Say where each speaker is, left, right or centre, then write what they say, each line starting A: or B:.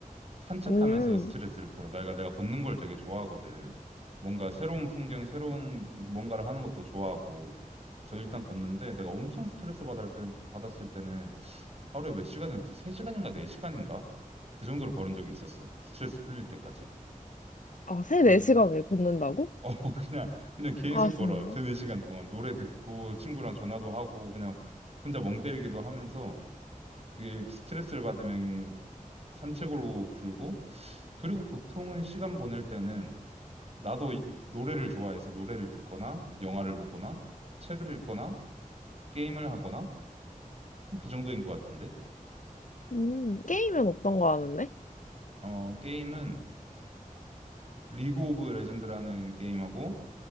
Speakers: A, on the right (about 45°); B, on the left (about 60°).
A: 산책하면서
B: 음.
A: 스트레스를 풀어. 내가 내가 걷는 걸 되게 좋아하거든. 뭔가 새로운 풍경, 새로운 뭔가를 하는 것도 좋아하고. 그래서 일단 걷는데 내가 엄청 스트레스 받을 때, 받았을 때는 하루에 몇 시간이었지? 3시간인가 4시간인가? 그 정도로 걸은 적이 있었어. 스트레스 풀릴 때까지.
B: 아, 3,
A: 그
B: 4시간을 걷는다고?
A: <laughs> 어, 그냥 그냥 계속
B: 아, 진짜?
A: 걸어. 3, 4시간 동안 노래 듣고 친구랑 전화도 하고 그냥 혼자 멍 때리기도 하면서 그게 스트레스를 받으면 산책으로 풀고 그리고 보통은 시간 보낼 때는 나도 이- 노래를 좋아해서 노래를 듣거나 영화를 보거나 책을 읽거나 게임을 하거나 그럼 그 정도인 것 같은데.
B: 음, 게임은 어떤 거 하는데?
A: 어, 게임은 리그 오브 레전드라는 게임하고